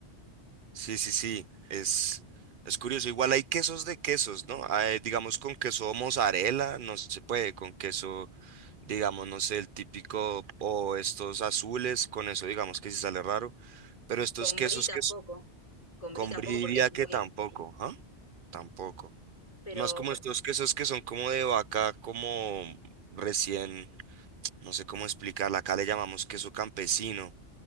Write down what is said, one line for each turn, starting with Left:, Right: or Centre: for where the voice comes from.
Right: Sí, sí, sí. Es, es curioso. Igual hay quesos de quesos, ¿no? Hay, digamos con queso mozzarella, no se puede, con queso, digamos, no sé, el típico o estos azules, con eso digamos que sí sale raro. Pero estos
Left: Con
Right: quesos
Left: brie tampoco.
Right: que
Left: Con
Right: Con
Left: brie tampoco
Right: brie diría
Left: porque es muy,
Right: que tampoco, ¿ah? Tampoco.
Left: pero
Right: Es Más como
Left: por-
Right: estos quesos que son como de vaca, como recién, no sé cómo explicarla, acá le llamamos queso campesino,